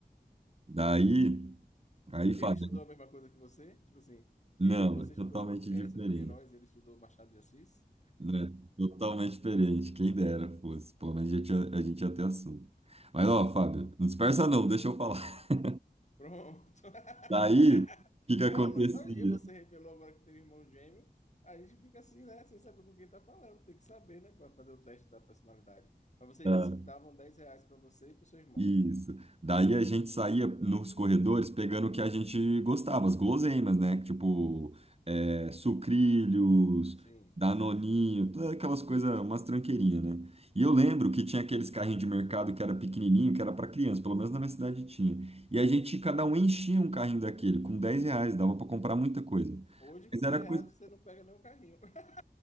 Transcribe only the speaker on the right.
Daí, aí Fabiano.
Não,
é totalmente
diferente.
Né? Totalmente diferente. Quem dera fosse. Pelo menos a gente ia, a gente ia ter assunto. Mas, ó, Fábio, não dispersa não,
deixa eu falar. <laughs>
Daí, o que que acontecia?
Ah,
Isso. Daí a gente saía nos corredores pegando o que a gente gostava, as guloseimas, né? Tipo, é, sucrilhos,
danoninho, todas aquelas coisas, umas tranqueirinhas, né? E eu lembro que tinha aqueles carrinhos de mercado que era pequenininho, que era para criança, pelo menos na minha cidade tinha. E a gente, cada um enchia um carrinho daquele, com 10 reais, dava para comprar muita coisa.
Mas era
coisa.